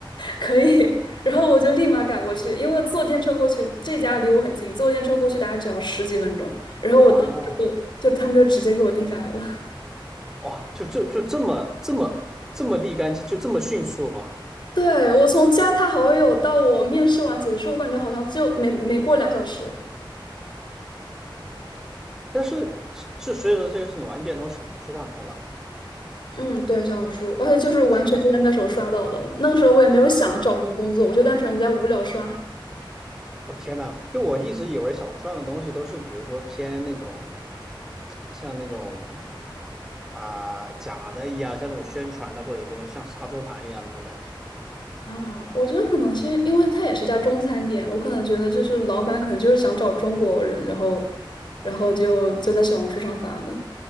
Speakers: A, on the left; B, in the centre.
A: 可以，然后我就立马赶过去，因为坐电车过去，这家离我很近，坐电车过去大概只要十几分钟，然后我到了之后，
B: 好。
A: 就他们就直接给我定下来了。<laughs>
B: 哇，就就就这么这么这么立竿见，就这么迅速吗？
A: 对，我从加他好友到我面试完结束，我感觉好像就没没过两小时。
B: 但是是是，所以说这个是你完全从小红书上看到的。
A: 嗯，对，小红书，而且就是完全就在那时候刷到的。
B: 天呐，
A: 那个时候我也没有想找什么工作，我就单纯在无聊刷
B: 我天呐，就我一直以为小红书上的东西都是，比如说偏那种像那种啊、假的一样，像那种宣传的，或者说像杀猪盘一样那种感觉。
A: 啊。我觉得可能是因为它也是家中餐店，我可能觉得就是老板可能就是想找中国人，然后，然后就就在小红书上发的。